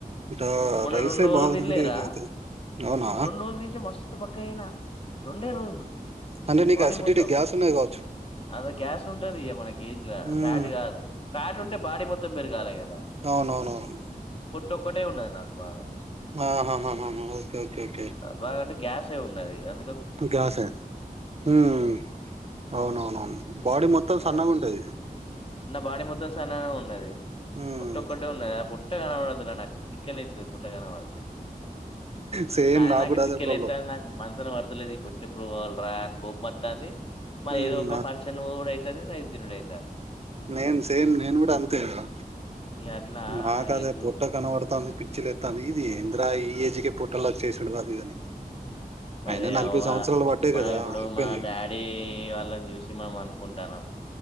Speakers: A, on the right (about 40°); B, on the left (about 35°).
A: ఇట
B: మొన్న
A: రైసే
B: రొండ్రోజులు
A: బాగుందండి
B: దిన్ లేరా
A: ఇది అయితే అవునా
B: రొండ్రోజులు దింటే మస్ స్తూ బక్కగైన రొండే రోజుల్ కీ
A: అంటే నీకు
B: బాడీ
A: అసిడిటీ
B: మొత్తం
A: గ్యాస్ ఉన్నది కావచ్చు
B: అదే గ్యాస్ ఉంటది ఇగ మనకి ఏజ్ ల
A: ఉమ్
B: ఫ్యాట్ గాదు ఫ్యాటుంటే బాడీ మొత్తం పెరగాలె కదా
A: ఔనోనోన్
B: పొట్టొకటే ఉండద్ నాక్ బాధ
A: ఆ హ హ హ ఓకే ఓకే ఓకే
B: బాగా అంటే గ్యాసే ఉన్నది అందుక్
A: మ్ గ్యాస ఉమ్ ఔనోనో న్ బాడీ మొత్తం సన్నఉంటది
B: ఆ నా బాడీ మొత్తం సన్నగఉన్నది
A: హ్మ్
B: పొట్టొకటే ఉన్నది ఆ పోట్ ట్ట గనవడొద్దురా నాక్ తిక్కలేతది పొట్టగనవడ
A: సేమ్
B: నాద్
A: నాకు
B: నాకే
A: కూడా
B: తిక్కే
A: అదే ప్రాబ్లం
B: లేతంద్ నాకు మన్ స్ న పడ్ తలేద్ ఈ పొట్టేప్పుడ్ వాల్ ప్రాన్ కోప్ మొత్తాంది మరి
A: హ్మ్
B: ఏదో ఒక
A: నా
B: ఫంక్షన్ వోవ్ డయితది రైస్ దినుడయిత
A: నేన్ సేమ్ నేన్ గుడా అంతే ఇంక
B: ఇగ అట్లా
A: నాక్
B: ఇగ
A: అదే
B: చూ
A: పొట్ట కనబడతంది పి చ్చిలేత్తాంది ఇది ఎంద్ రా ఈ ఏజ్ కే పొట్టలొచ్చేసుడూ అదీ ఇదీ అని
B: వొనియవ్వ
A: అయినా నలభై సంవత్సరాలు పడ్డాయి
B: మనం
A: కదా
B: ఇప్పుడు
A: అయిపోయింది
B: మన డాడీ ఈ వాళ్ళన్ జుసి మన్ మన్ అన్ క్ కుంటాన్నమ్